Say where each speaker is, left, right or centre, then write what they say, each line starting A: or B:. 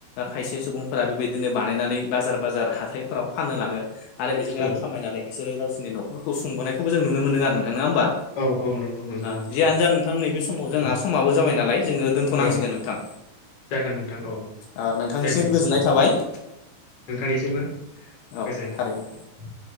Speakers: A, on the left (about 75°); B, on the left (about 45°).
A: खायसे सुबुंफोरा बेबायदिनो बानायनानै बाजार बाजार हाथायफोराव फाननो लाङो आरो बेजों रां
B: औ
A: खामायनानै बिसोरो गावसिनि न' रखौ सुबोनायखौ जों नुनो मोनदों आरो नोंथाङा होमबा
B: औ औ नंगौ नंगौ
A: ओ
B: नोंथां
A: जियानो जा नोंथां नैबे समाव
B: औ
A: जोंहा समाबो जाबाय नालाय जोङो दोन्थनांसिगोन
B: औ
A: नोंथां
B: जागोन नोंथां औ
A: आ नोंथांनिसिम
B: दे बिदिब्ला
A: गोजोननाय थाबाय
B: नोंथांनिसिमबो
A: औ
B: गोजोननाय
A: थारैनो
B: थाबाय नोंथां